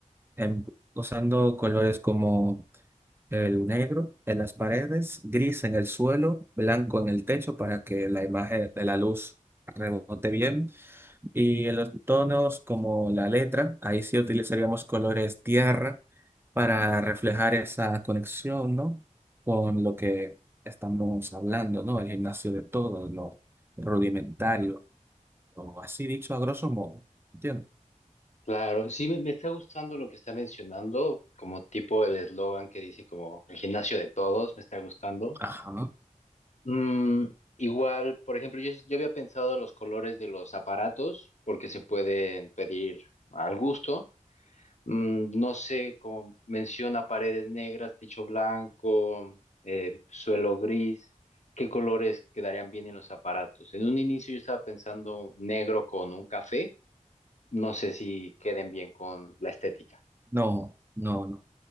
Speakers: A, on the right; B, on the left.
A: em, usando colores como el negro en las paredes, gris en el suelo, blanco en el techo para que la imagen de la luz rebote bien. Y en los tonos como la letra, ahí sí utilizaríamos colores tierra para reflejar esa conexión, ¿no? Con lo que estamos hablando, ¿no? El gimnasio de todo, lo rudimentario, o así dicho a grosso modo. ¿Entiendes?
B: claro, sí me, me está gustando lo que está mencionando, como tipo el eslogan que dice como el gimnasio de todos, me está gustando.
A: Ajá.
B: Mm, igual, por ejemplo, yo, yo había pensado los colores de los aparatos, porque se pueden pedir al gusto. Mm, no sé, como menciona paredes negras, techo blanco, eh, suelo gris, ¿qué colores quedarían bien en los aparatos? En un inicio yo estaba pensando negro con un café, no sé si queden bien con la estética.
A: No, no, no.